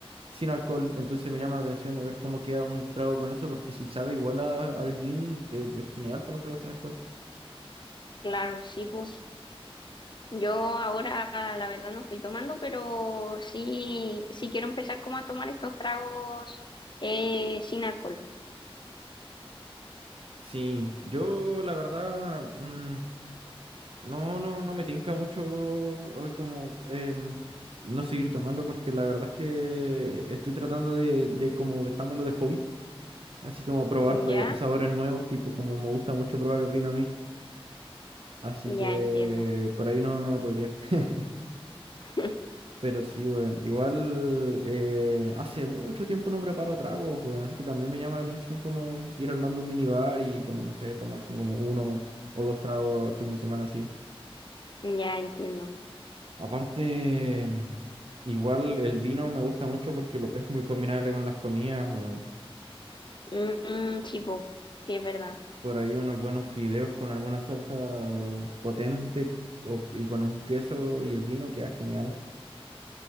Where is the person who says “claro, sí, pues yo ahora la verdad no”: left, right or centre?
Left